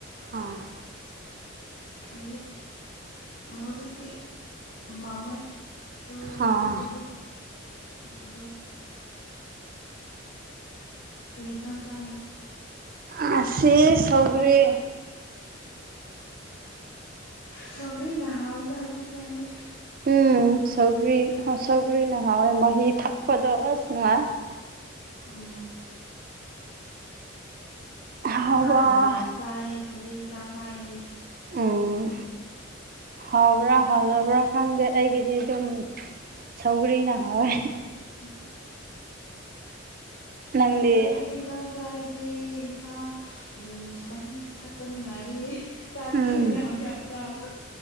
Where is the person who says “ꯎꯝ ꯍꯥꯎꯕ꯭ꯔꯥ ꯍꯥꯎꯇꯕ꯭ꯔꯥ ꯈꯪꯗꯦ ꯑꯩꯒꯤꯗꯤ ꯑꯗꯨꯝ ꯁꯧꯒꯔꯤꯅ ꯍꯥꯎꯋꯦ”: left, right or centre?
Right